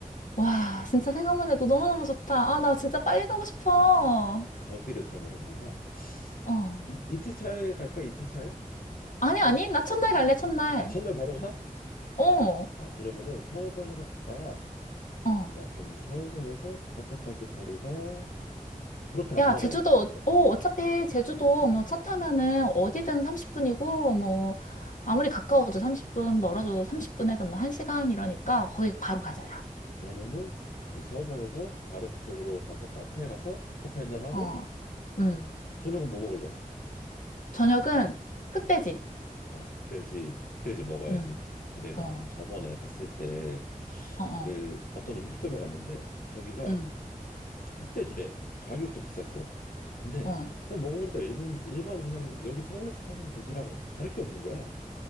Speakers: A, on the left; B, on the left.
A: 와, 진짜 생각만 해도 너무너무 좋다. 아, 나 진짜 빨리 가고 싶어.
B: 거기를 그러면 우리가
A: 어.
B: 이, 이틀 차에 갈까? 이틀 차에?
A: 아니,
B: 아니요.
A: 아니, 나 첫날 갈래, 첫날.
B: 아, 첫날 바로 가?
A: 어.
B: 아, 그러면은 서호봉 해변 갔다가 잠깐만.
A: 어.
B: 그럼 서호봉에서 그 카페까지 거리가 그렇게 안
A: 야,
B: 머네.
A: 제주도, 어, 어, 어차피 제주도 뭐 차 타면은 어디든 30분이고, 뭐, 아무리 가까워도 30분, 멀어도 30분에서
B: 음.
A: 뭐 1시간 이러니까 거기 바로 가자야.
B: 그러면은 이 서호봉에서 바로 그쪽으로 가서 카페에 가서 커피 한잔 하고
A: 어, 음.
B: 저녁은 뭐 먹을래?
A: 저녁은
B: 음.
A: 흑돼지.
B: 아, 흑돼지. 흑돼지 먹어야지.
A: 음,
B: 근데 내가
A: 어,
B: 저번에 갔을 때
A: 어, 어,
B: 그 어떤 음식점에 갔는데 거기가
A: 음,
B: 흑돼지래. 가격도 비쌌어. 근데
A: 어.
B: 그냥 먹어보니까 일본 일반 그냥 여기 서울에서 파는 돼지랑 다를 게 없는 거야.